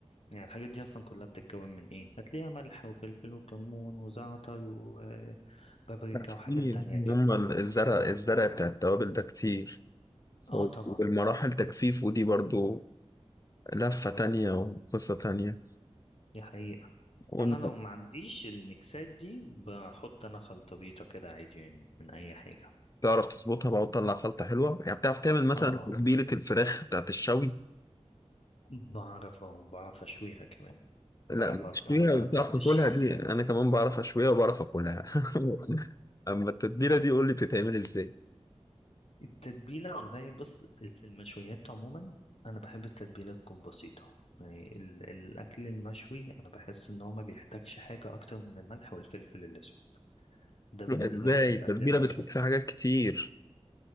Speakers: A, on the left; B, on the left.
A: يعني الحاجات دي اصلا كلها بتتكون من ايه هتلاقيها ملح وفلفل وكمون وزعتر وبابريكا
B: لا كتير
A: وحاجات تانية كده
B: هم ال- الزرع الزرع بتاع التوابل ده كتير
A: اه
B: و-
A: طبعا
B: والمراحل تجفيف ودي برضو لفة تانية وقصة تانية
A: دي حقيقة
B: وإن
A: فانا لو ما عنديش الميكسات دي بحط انا خلطبيطة كده عادي يعني من اي حاجة
B: تعرف تظبطها بقى وتطلع خلطة حلوة يعني بتعرف تعمل مثلا
A: اه اه
B: تتبيلة الفراخ بتاعت الشوي
A: بعرف اه بعرف اشويها كمان
B: لا
A: بعرف
B: بتشويها
A: اقطعها تقطعة
B: بتعرف تاكلها
A: الشوي
B: دي أنا كمان بعرف أشويها وبعرف أكلها <laughs> أما التتبيلة دي قول لي بتتعمل إزاي
A: التتبيلة والله بص في المشويات عموما أنا بحب التتبيلة تكون بسيطة يعني ال- الأكل المشوي أنا بحس إن هو ما بيحتاجش حاجة أكتر من الملح والفلفل الأسود ده بالنسبة
B: ازاي
A: لي في الأكل
B: التتبيله
A: المشوي
B: بتحط فيها حاجات كتير